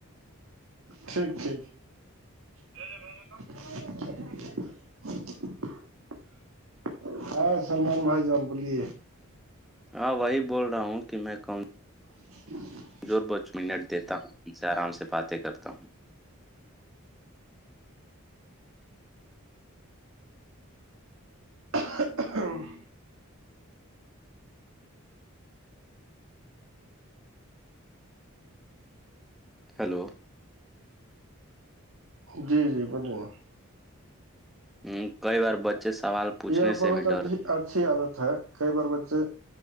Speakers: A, on the right (about 70°); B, in the centre.
A: ٹھیک ٹھیک <unintelligible> ہاں سلملمان بھائی جان بولیے
B: ہاں وہی بول رہا ہوں کہ میں کہن
A: <unintelligible>
B: زور بچ منٹ دیتا ہوں ان سے آرام سے باتیں کرتا ہوں
A: <inaudible>
B: ہیلو
A: جی جی بالکل
B: ہوں کئی بار بچے سوال پوچھنے
A: یہ بہت
B: سے بھی ڈرتے
A: اچھی عادت ہے کئی بار بچے